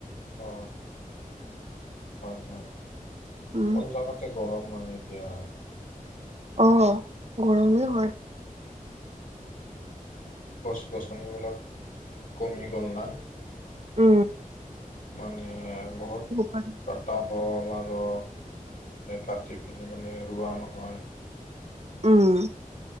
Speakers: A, on the left; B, on the right.
A: অ' হয়, হয়
B: উম
A: চব জাগাতে গৰম মানে এতিয়া।
B: অ'গৰমেই হয়।
A: গছ-গছনিবিলাক মানে কমি গ'ল না।
B: উ,
A: মানে বহুত
B: পাৰে
A: তাত কতা হ'ল আৰু কাটি পিনি মানে ৰোৱা নহয়।
B: উম।